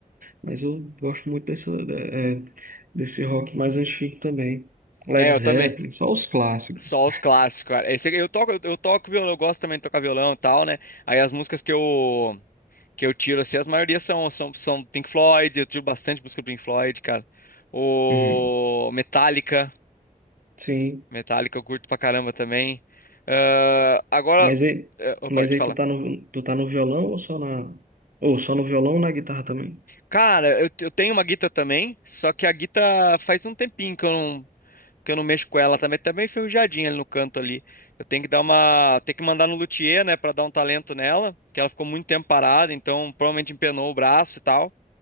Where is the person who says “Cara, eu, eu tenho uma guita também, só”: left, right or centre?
Left